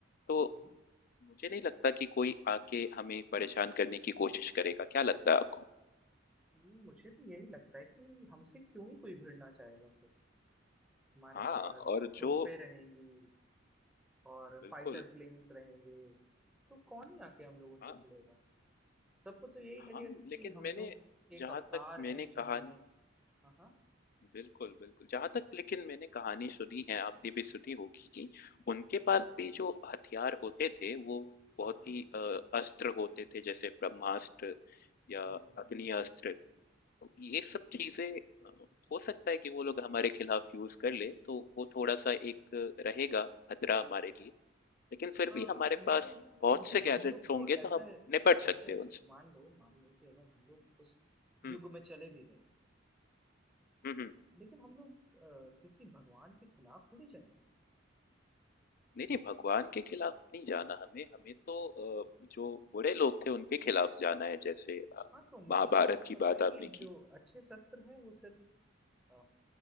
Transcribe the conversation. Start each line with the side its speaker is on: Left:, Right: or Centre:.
Left: तो
Centre: हम्म
Left: मुझे नहीं लगता कि कोई आके हमें परेशान करने की कोशिश करेगा क्या लगता है आपको
Centre: हम्म, मुझे भी यही लगता है कि हमसे क्यों ही कोई भिड़ना चाहेगा फिर हमारे
Left: हाँ
Centre: पास
Left: और
Centre: तोपें
Left: जो
Centre: रहेंगी और
Left: बिल्कुल
Centre: फाइटर प्लेन्स रहेंगे तो कौन ही आके हम लोगों से
Left: हाँ
Centre: भिड़ेगा सबको तो यही
Left: हाँ
Centre: लगेगा
Left: लेकिन
Centre: कि हम
Left: मैंने
Centre: लोग एक
Left: जहां
Centre: अवतार
Left: तक मैंने
Centre: हैं जिन्होंने
Left: कहानी
Centre: हाँ हाँ
Left: बिल्कुल, बिल्कुल। जहाँ तक लेकिन मैंने कहानी सुनी है, आपने भी सुनी होगी कि उनके पास भी जो हथियार होते थे, वो बहुत
Centre: हाँ हाँ
Left: ही अ, अस्त्र होते थे जैसे ब्रह्मास्त्र
Centre: हम्म
Left: या अग्नि अस्त्र। तो ये सब चीज़ें अ, हो सकता है कि वो लोग हमारे खिलाफ यूज़ कर लें, तो वो थोड़ा-सा एक रहेगा खतरा हमारे लिए। लेकिन फिर
Centre: हाँ
Left: भी हमारे
Centre: लेकिन
Left: पास बहुत
Centre: लेकिन
Left: से गैजेट्स
Centre: हम लोग तो
Left: होंगे
Centre: ऐसे
Left: तो हम निपट सकते
Centre: ऐसे
Left: हैं उनसे।
Centre: मान लो मान लो कि अगर हम लोग उस
Left: हुँ।
Centre: युग में चले भी गए
Left: हुँ, हुँ।
Centre: लेकिन हम लोग अ, किसी भगवान के खिलाफ थोड़ी जाएंगे
Left: नहीं नहीं भगवान के खिलाफ नहीं जाना हमें हमें तो अ, जो बड़े लोग थे उनके खिलाफ जाना है जैसे अ,
Centre: हाँ तो मुझे
Left: महाभारत
Centre: जहाँ तक
Left: की
Centre: लगता
Left: बात
Centre: है कि
Left: आपने
Centre: जो
Left: की
Centre: अच्छे शस्त्र हैं वो सिर्फ अ,